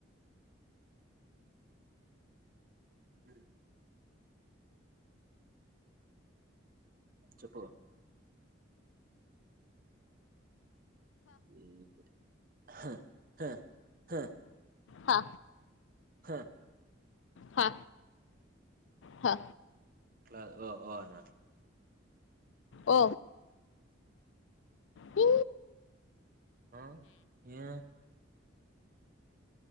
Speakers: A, on the right; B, on the left.
A: మ్మ్ చెప్పు <unintelligible> హా హా హా
B: హా
A: హా
B: హా హా
A: అట్లా ఓ ఓ అన్నట్లు
B: ఓ ఇ
A: ఆ ఏ